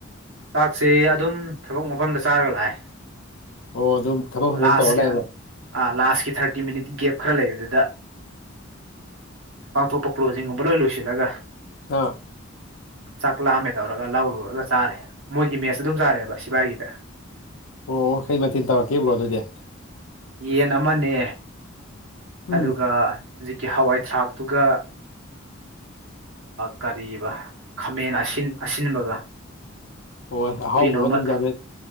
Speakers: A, on the right (about 75°); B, on the left (about 70°).
A: ꯄꯥꯛꯁꯤ ꯑꯗꯨꯝ ꯊꯕꯛ ꯃꯐꯝꯗ ꯆꯥꯔꯒ ꯂꯥꯛꯑꯦ
B: ꯑꯣ ꯑꯗꯨꯝ ꯊꯕꯛ ꯃꯐꯝꯗ
A: ꯂꯥꯁ
B: ꯑꯗꯨꯝ ꯇꯧꯔ ꯂꯥꯛꯑꯦꯕ
A: ꯑ ꯂꯥꯁꯀꯤ ꯊꯔꯇꯤ ꯃꯤꯅꯤꯠ ꯈꯔ ꯂꯩꯕꯗꯨꯗ ꯄꯥꯡꯊꯣꯛꯄ ꯀ꯭ꯂꯣꯖꯤꯡꯒꯨꯝꯕ ꯂꯣꯏ ꯂꯣꯏꯁꯤꯜꯂꯒ
B: ꯑꯥ
A: ꯆꯥꯛ ꯂꯥꯑꯝꯃꯦ ꯇꯧꯔꯒ ꯂꯧꯔꯨꯔꯒ ꯆꯥꯔꯦ ꯃꯣꯏꯒꯤ ꯃꯦꯠꯁ ꯑꯗꯨꯝ ꯆꯥꯔꯦꯕ ꯁꯤꯕꯥꯥꯏꯒꯤꯗ
B: ꯑꯣ ꯀꯩ ꯃꯊꯤꯟ ꯇꯧꯔꯛꯀꯦꯕ꯭ꯔꯣ ꯑꯗꯨꯗꯤ
A: ꯌꯦꯟ ꯑꯃꯅꯦ
B: ꯎꯝ
A: ꯑꯗꯨꯒ ꯍꯧꯖꯤꯛꯀꯤ ꯍꯋꯥꯏ ꯊꯔꯥꯛꯇꯨꯒ ꯀꯔꯤꯕ ꯈꯥꯃꯦꯟ ꯑꯁꯤ ꯑꯁꯤꯟꯕꯒ
B: ꯍ ꯑꯍꯥꯎꯕꯒ
A: ꯀꯩꯅꯣꯝꯃ
B: ꯑꯗꯨꯝ ꯌꯥꯅ